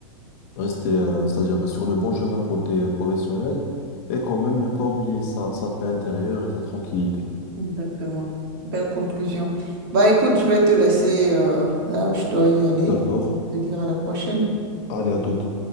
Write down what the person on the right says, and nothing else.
Exactement. Belle conclusion. Bah écoute, je vais te laisser, euh, là, je dois y aller.
Je te dire à la prochaine.